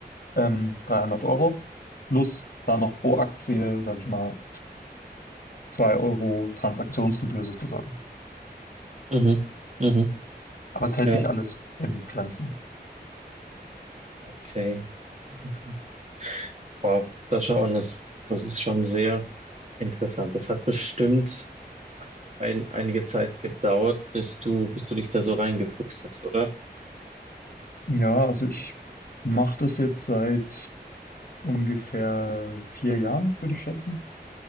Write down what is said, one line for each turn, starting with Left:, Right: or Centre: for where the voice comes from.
Left: ähm, 300 Euro, plus da noch pro Aktie, sage ich mal, 2 Euro Transaktionsgebühr sozusagen.
Right: Mhm. Mhm.
Left: Aber es hält
Right: Ja.
Left: sich alles im Grenzen.
Right: Okay. Okay. Wow, das schon ist, das ist schon sehr interessant. Das hat bestimmt ein, einige Zeit gedauert, bis du, bis du dich da so reingefuchst hast, oder?
Left: Ja, also ich mache das jetzt seit ungefähr vier Jahren, würde ich schätzen.